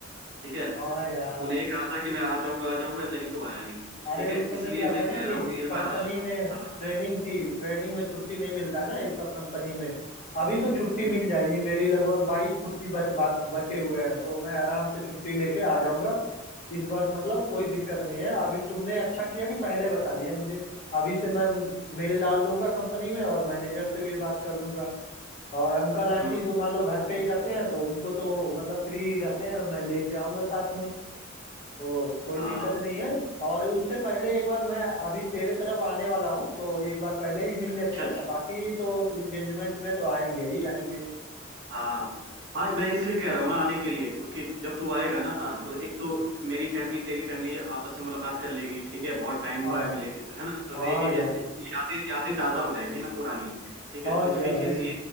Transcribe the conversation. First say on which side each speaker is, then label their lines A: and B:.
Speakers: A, on the right; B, on the left.
A: ठीक है
B: हाँ यार
A: तूने ये कहा था कि मैं आ जाऊंगा आ जाऊंगा लेकिन तू आया नहीं
B: अरे
A: ठीक है
B: उस समय
A: इसलिए
B: क्या
A: मैं
B: था ना
A: कह
B: कि
A: रहा हूँ कि इस
B: कंपनी
A: बार आ जाना
B: में
A: हाँ
B: ट्रेनिंग थी ट्रेनिंग में छुट्टी नहीं मिलता है ना ये सब कंपनी में अभी तो छुट्टी
A: हम्म
B: मिल जाएगी मेरी लगभग बाईस छुट्टी ब, ब, बचे हुए हैं तो मैं आराम से छुट्टी लेके आ जाऊंगा इस बार मतलब कोई दिक्कत नहीं है अभी तुमने अच्छा किया कि पहले बता दिया मुझे अभी से मैं मेल डाल दूंगा कंपनी में
A: हम्म
B: और मैनेजर से भी बात कर लूंगा और अंकल आंटी
A: हम्म,
B: तो मान लो घर पे ही रहते हैं तो उनको तो मतलब फ्री ही रहते हैं मैं लेके आऊंगा साथ में तो कोई
A: हाँ
B: दिक्कत नहीं है और उससे पहले एक बार मैं अभी तेरे तरफ आने वाला हूँ तो एक बार पहले ही मिल
A: अच्छा
B: लेते हैं बाकी तो इंगेजमेंट में तो आएंगे ही आएंगे
A: हाँ हाँ मैं इसलिए कह रहा हूँ ना आने के लिए क्योंकि जब तू आएगा ना तो एक तो मेरी फैमिली तेरी फैमिली आपस में मुलाकात कर लेगी ठीक है बहुत टाइम
B: हाँ
A: हुआ है मिले के है ना तो
B: हाँ
A: एक या-
B: यार
A: यादें यादें ताज़ा हो जाएंगी ना पुरानी ठीक है
B: और
A: दूसरी
B: क्या भाई
A: चीज़ ये